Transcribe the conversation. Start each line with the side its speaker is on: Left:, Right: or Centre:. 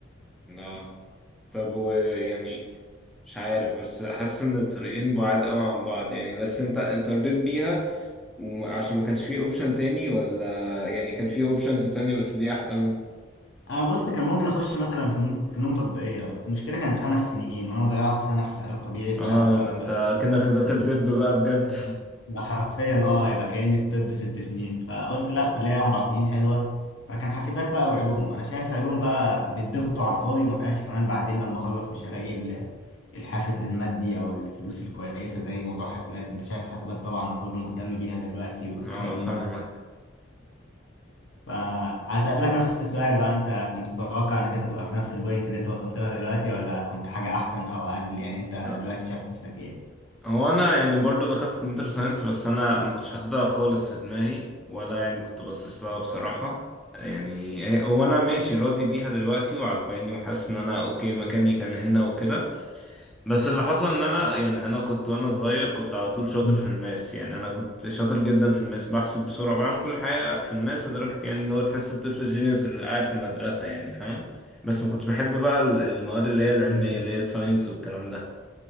Centre: لا طب ويعني مش عارف بس حاسس إن الطريقين بعاد أوي عن بعض يعني بس أنت أنت رضيت بيها وعشان ما كانش فيه أوبشن تاني ولا يعني كان فيه أوبشنز تانية بس دي أحسن
Left: انا بص كان ممكن اخش مثلا في فنون فنون تطبيقيه بس المشكله كانت خمس سنين وانا ضيعت سنه في علاج طبيعي فيبقى
Centre: اه ده انت كأنك داخل
Left: <laughs>
Centre: طب بقى بجد
Left: يبقى حرفيا اه يبقى كاني في طب ست سنين فقلت لا كليه اربع سنين حلوه فكان حاسبات بقى وعلوم انا شايف علوم بقى بتضغطوا على الفاضي وما فيهاش كمان بعدين لما اخلص مش هلاقي ال- الحافز المادي او الفلوس الكويسه زي موضوع حاسبات انت شايف حاسبات طبعا كله مهتم بيها دلوقتي والترند
Centre: <laughs> اه فاهمك
Left: فعايز نفس السؤال بقى انت كنت تتوقع انك انت تبقى في نفس البوينت اللي انت وصلت لها دلوقتي ولا كنت حاجة احسن او اقل يعني انت
Centre: آه،
Left: دلوقتي شايف نفسك ايه
Centre: هو انا يعني برضو دخلت كمبيوتر ساينس بس انا ما كنتش حاططها خالص في دماغي ولا يعني كنت باصص لها بصراحة يعني هي- هو انا ماشي راضي بيها دلوقتي وعجباني وحاسس ان انا اوكي مكاني كان هنا وكده بس اللي حصل ان انا يعني انا كنت وانا صغير كنت على طول شاطر
Left: مم.
Centre: في الماس يعني انا كنت شاطر جدا في الماس بحسب بسرعه بعمل كل حاجه في الماس لدرجه يعني اللي هو تحس الطفل الجينيوس اللي قاعد في المدرسه يعني فاهم بس ما كنتش بحب بقى ال- المواد اللي هي العلميه
Left: مم.
Centre: اللي هي الساينس والكلام ده